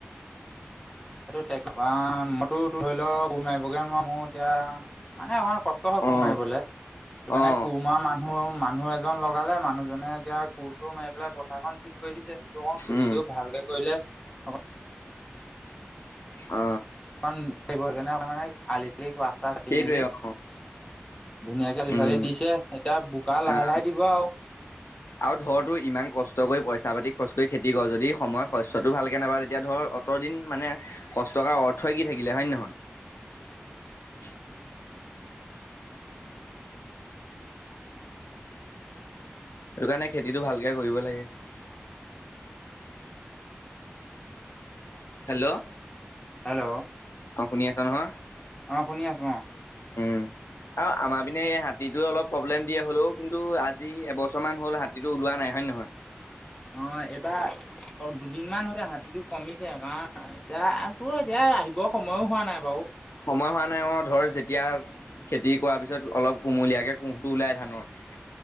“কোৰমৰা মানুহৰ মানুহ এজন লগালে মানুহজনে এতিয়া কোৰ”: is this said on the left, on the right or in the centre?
Left